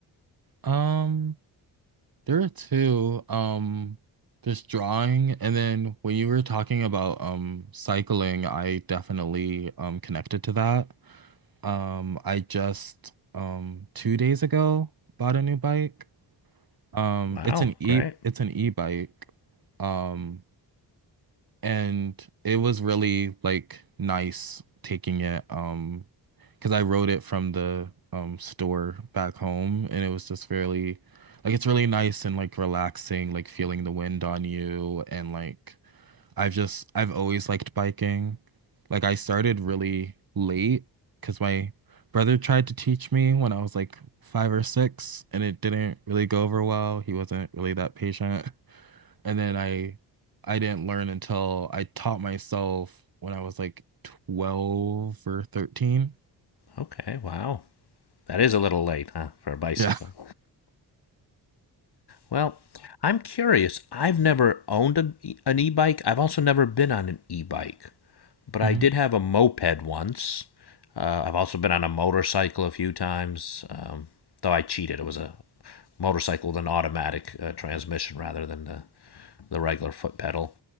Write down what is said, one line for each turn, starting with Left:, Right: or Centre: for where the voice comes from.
Right: Um, there are two. Um, there's drawing and then when you were talking about um cycling, I definitely um connected to that. Um, I just um two days ago bought a new bike. Um,
Left: Wow,
Right: it's an e
Left: great.
Right: it's an e-bike. Um, and it was really like nice taking it um because I rode it from the um store back home and it was just really like it's really nice and like relaxing, like feeling the wind on you and like I've just I've always liked biking. Like I started really late because my brother tried to teach me when I was like five or six, and it didn't really go over well. He wasn't really that patient. <laughs> And then I I didn't learn until I taught myself when I was like 12 or 13.
Left: Okay, wow. That is a little late, huh, for a bicycle.
Right: Yeah. <laughs>
Left: Well, I'm curious. I've never owned a, an e-bike. I've also never been on an e-bike, but I
Right: Mhm.
Left: did have a moped once. Uh, I've also been on a motorcycle a few times, um, though I cheated. It was a motorcycle with an automatic uh, transmission rather than the the regular foot pedal.